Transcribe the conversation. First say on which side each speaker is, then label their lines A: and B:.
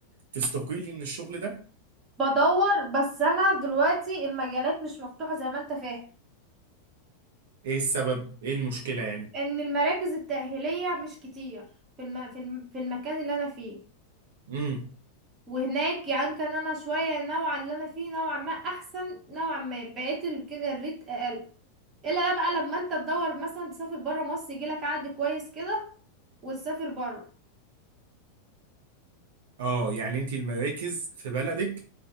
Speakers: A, on the right; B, on the right.
A: تستقيلي من الشغل ده
B: بدور بس انا دلوقتي المجالات مش مفتوحة زي ما انت فاهم
A: ايه السبب ايه المشكلة يعني
B: ان المراكز التأهيلية مش كتير في الم... في الم... في المكان اللي انا فيه
A: امم
B: وهناك يعني كان انا شوية نوعا اللي انا فيه نوعا ما احسن نوعا ما بقيت ال- كده الريت اقل الا لا بقى لما انت تدور مثلا تسافر برا مصر يجيلك عقد كويس كده وتسافر برا
A: اه يعني انت المراكز في بلدك